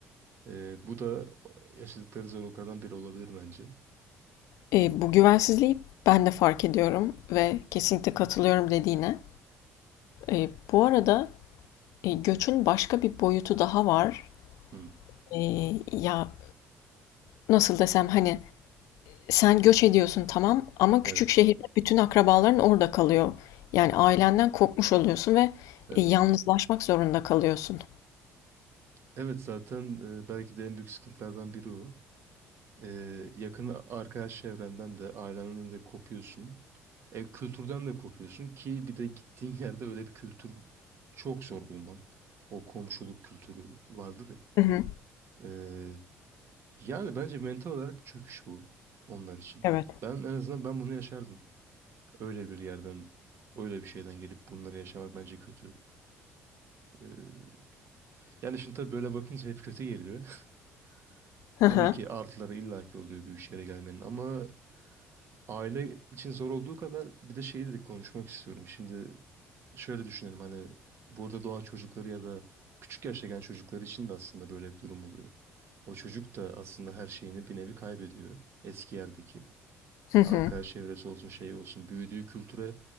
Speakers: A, on the right; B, on the left.
A: Ee, bu da yaşadıkları zorluklardan biri olabilir bence.
B: E, bu güvensizliği ben de fark ediyorum ve kesinlikle katılıyorum dediğine. E, bu arada e, göçün başka bir boyutu daha var.
A: Hmm,
B: E, ya nasıl desem hani Sen göç ediyorsun tamam ama
A: Evet,
B: küçük şehirde bütün akrabaların orada kalıyor. Yani ailenden kopmuş oluyorsun ve
A: evet.
B: e, yalnızlaşmak zorunda kalıyorsun.
A: Evet zaten e, belki de en büyük sıkıntılardan biri o. Ee, yakın arkadaş çevrenden de ailenden de kopuyorsun. E, kültürden de kopuyorsun ki bir de gittiğin <laughs> yerde öyle bir kültür çok zor bulman. O komşuluk kültürü vardır ya.
B: Hı hı.
A: Ee, yani bence mental olarak bir çöküş bu onlar için.
B: Evet.
A: Ben en azından ben bunu yaşardım. Öyle bir yerden, öyle bir şeyden gelip bunları yaşamak bence kötü. Ee, yani şimdi tabii böyle bakınca hep kötü geliyor. <laughs>
B: Hı
A: Tabii
B: hı.
A: ki artıları illaki oluyor büyük şehre gelmenin ama Aile için zor olduğu kadar bir de şeyi dedik konuşmak istiyorum. Şimdi şöyle düşünelim hani burada doğan çocukları ya da küçük yaşta gelen çocukları için de aslında böyle bir durum oluyor. O çocuk da aslında her şeyini bir nevi kaybediyor. Eski yerdeki
B: Hı hı.
A: arkadaş çevresi olsun şey olsun büyüdüğü kültüre